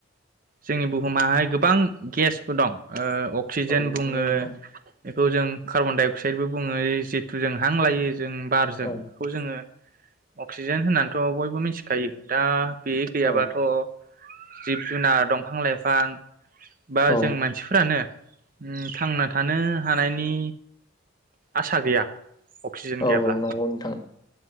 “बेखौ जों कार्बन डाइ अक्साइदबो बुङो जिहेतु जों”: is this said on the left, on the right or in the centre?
Right